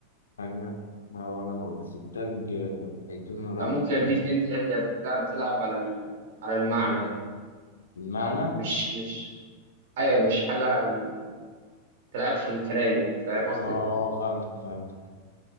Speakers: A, on the left; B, on the right.
A: يعني ما هو لو بس التلج هيتونه لأ
B: أنا ممكن
A: ماشي
B: أديك هنت يعني هي بتلعب بتلعب على ال... على المعنى
A: اه
B: يعني
A: المعنى
B: مش مش أيوة مش حاجة يعني بتلعب في الكلام يعني فاهم قصدي؟
A: اه آه، فهمتك فهمتك